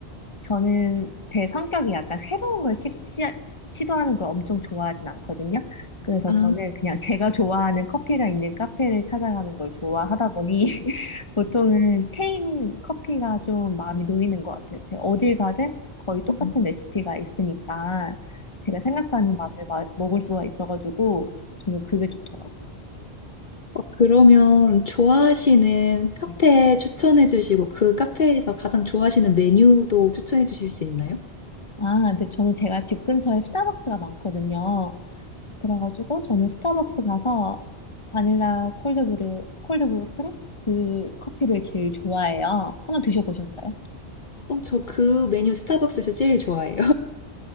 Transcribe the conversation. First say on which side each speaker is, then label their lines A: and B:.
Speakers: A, on the left (about 30°); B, on the left (about 50°).
A: 저는 제 성격이 약간 새로운 걸 시, 시, 시도하는 걸 엄청 좋아하진 않거든요. 그래서
B: 아,
A: 저는 그냥 제가 좋아하는 커피가 있는 카페를 찾아가는 걸 좋아하다 보니 <laughs> 보통은 체인 커피가 좀 마음이 놓이는 것 같아요. 제가 어딜 가든 거의 똑같은
B: 음.
A: 레시피가 있으니까 제가 생각하는 맛을 마- 먹을 수가 있어가지고 저는 그게 좋더라고요.
B: 그러면
A: 네.
B: 좋아하시는 카페
A: 네.
B: 추천해 주시고 그 카페에서 가장 좋아하시는 메뉴도 추천해 주실 수 있나요?
A: 아, 근데 저는 제가 집 근처에 스타벅스가 많거든요. 그래가지고 저는 스타벅스 가서 바닐라 콜드브루, 콜드브루 크랩? 그 커피를 제일 좋아해요. 한번 드셔보셨어요?
B: 어, 저 그 메뉴 스타벅스에서 제일 좋아해요.